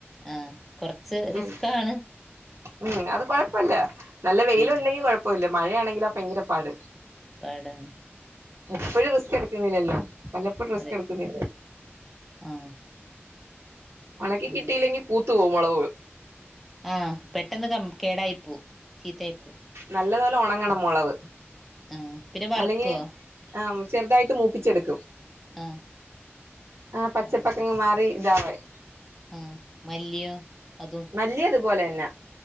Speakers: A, in the centre; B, on the right.
A: ആഹ് കൊറച്ച്
B: ഇത്
A: റിസ്ക് ആണ്.
B: ഉം അത് കുഴപ്പമില്ല നല്ല വെയിൽ
A: ഉം
B: ഉണ്ടെങ്കിൽ കൊഴ പ്പല്ല മഴയാണെങ്കിൽ ആഹ് ഭയങ്കര പാട്.
A: പാടാണ്
B: എപ്പോഴും റിസ്ക് എടുക്കുന്നില്ലല്ലോ, വല്ലപ്പോഴും റിസ്ക്
A: അതെ
B: എടുക്കുന്നില്ലേ?
A: ആഹ്
B: ഉണക്കി
A: അങ്ങനെ
B: കിട്ടിയില്ലെങ്കിൽ പൂത്തുപോവും മുളക്.
A: ആഹ് പെട്ടെന്ന് കോ കേടായി പോവും, ചീത്തായി പോവും.
B: നല്ലത് പോലെ ഉണങ്ങണം മുളക്.
A: ആഹ് പിന്നെ വറക്കോ
B: അല്ലെങ്കിൽ ആഹ് ചെറുതായിട്ട് മൂപ്പിച്ചെടുക്കും.
A: ആഹ്
B: ആഹ്, പച്ചപ്പ്
A: അത്
B: ഒക്കെ
A: ശരി
B: അങ്ങുമാറി ഇതാവറായി.
A: ആഹ് മല്ലിയോ അതും
B: മല്ലി അതുപോലെ തന്നെ.